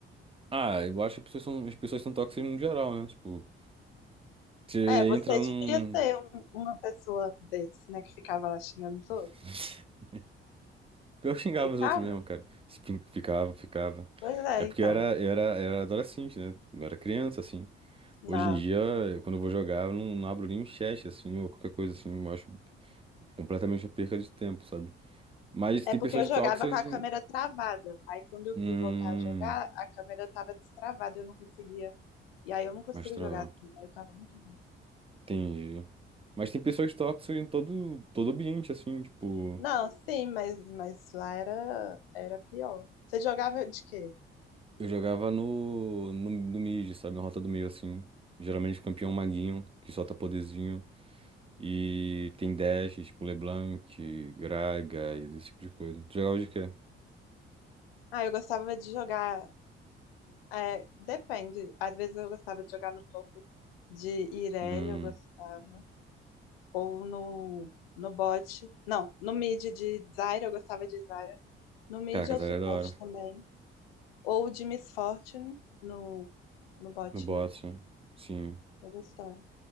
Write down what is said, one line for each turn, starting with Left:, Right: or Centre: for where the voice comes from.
Right: ah, eu acho que as pessoas são, as pessoas são tóxicas no geral, né? Tipo, você
Left: É, você
Right: entra num...
Left: devia ser um- uma pessoa desse, né, que ficava lá xingando os
Right: <laughs>
Left: outros.
Right: Pior que xingava
Left: Ficava?
Right: os outros mesmo, cara. Se fin- Ficava, ficava.
Left: Pois é,
Right: É porque
Left: então.
Right: eu era, eu era, era adolescente, né? Eu era criança, assim.
Left: Não.
Right: Hoje em dia, eu- quando eu vou jogar, eu não, não abro nem o chat, assim, ou qualquer coisa assim. Eu acho Completamente uma perca de tempo, sabe? Mas
Left: É
Right: tem
Left: porque
Right: pessoas
Left: eu jogava
Right: tóxicas
Left: com a
Right: em.
Left: câmera travada. Aí quando eu
Right: Hum,
Left: fui voltar a jogar, a câmera tava destravada e eu não conseguia. E aí eu não consigo
Right: mas tra-
Left: jogar assim, né? eu tava muito.
Right: entendi. Mas tem pessoas tóxicas em todo, todo ambiente, assim, tipo.
Left: Não, sim, mas, mas lá era, era pior. Você jogava de quê?
Right: Eu jogava no, no, no mid, sabe? Na rota do meio, assim. Geralmente campeão maguinho, que solta poderzinho. E tem dash, tipo LeBlanc, Graga e esse tipo de coisa. Tu Jogava de quê?
Left: Ah, eu gostava de jogar É, depende. Às vezes eu gostava de jogar no topo de Irelia,
Right: Hum,
Left: eu gostava. Ou no, no bot. Não, no mid de Zyra, eu gostava de Zyra. No mid
Right: cara, Casaria
Left: eu suporte
Right: é da hora.
Left: também. Ou de Miss Fortune no, no bot,
Right: No bot,
Left: né?
Right: sim.
Left: Eu gostava.